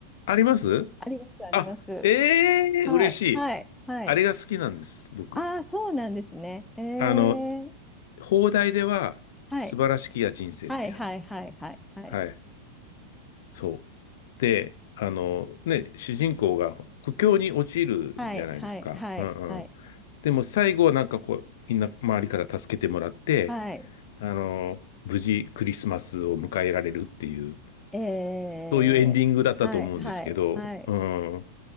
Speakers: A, on the left; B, in the centre.
A: あります
B: あります、あります。
A: あ、ええー、
B: はい、
A: 嬉しい。
B: はい、はい。
A: あれが好きなんです、僕。
B: ああ、そうなんですね。えー、
A: あの、放題では、
B: はい、
A: 素晴らしきや人生ってやつ。
B: はい、はい、はい、はい、はい、
A: はい。そう。で、あの、ね、主人公が苦境に陥るじゃないですか。
B: はい、はい、はい、
A: うんうん。
B: はい、
A: でも最後はなんかこう、みんな周りから助けてもらって、
B: はい、
A: あの、無事クリスマスを迎えられるっていう、
B: えー、
A: そういうエンディングだったと思うんですけど、
B: はい、はい、はい。
A: うん。